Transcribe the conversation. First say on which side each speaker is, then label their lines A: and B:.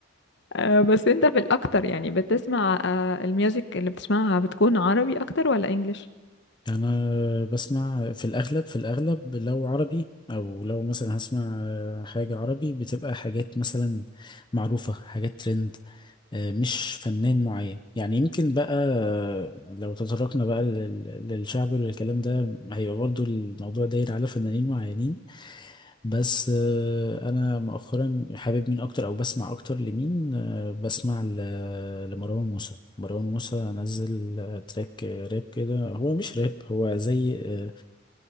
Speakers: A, on the left; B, on the left.
A: آه، بس انت في الاكتر يعني بتسمع آه، الميوزك اللي بتسمعها بتكون عربي اكتر ولا انجليش
B: انا بسمع في الاغلب في الاغلب لو عربي او لو مثلا هسمع آه، حاجه عربي بتبقى حاجات مثلا معروفه حاجات ترند آه، مش فنان معين يعني يمكن بقى آه، لو تطرقنا بقى لل- للشعبي وللكلام ده هيبقى برضو الموضوع داير على فنانين معينين بس آه، انا مؤخرا حابب مين اكتر او بسمع اكتر لمين آه، بسمع ل- لمروان موسى مروان موسى نزل آه، تراك آه، راب كده هو مش راب هو زي آه،